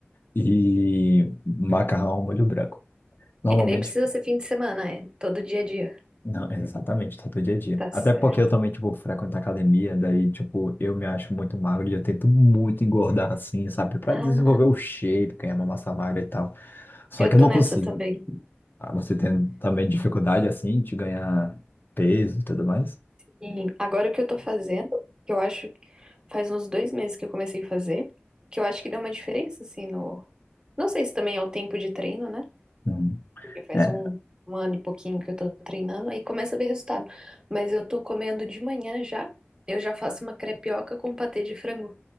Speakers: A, on the left; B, on the right.
A: e macarrão ao molho branco. Normalmente,
B: E nem precisa ser fim de semana, é todo dia a dia.
A: não, exatamente, tá do dia a dia.
B: Tá certo.
A: Até porque eu também, tipo, frequento academia, daí, tipo, eu me acho muito magro e eu tento muito engordar, assim, sabe? Pra
B: Ah,
A: desenvolver o shape, ganhar uma massa magra e tal. Só
B: eu
A: que eu
B: tô
A: não
B: nessa
A: consigo.
B: também.
A: Ah, Você tem também dificuldade, assim, de ganhar peso e tudo mais?
B: E agora o que eu tô fazendo, que eu acho que faz uns dois meses que eu comecei a fazer, que eu acho que deu uma diferença, assim, no. Não sei se também é o tempo de treino, né?
A: Uhum.
B: porque faz
A: É,
B: um, um ano e pouquinho que eu tô treinando, aí começa a ver resultado. Mas eu tô comendo de manhã já, eu já faço uma crepioca com patê de frango.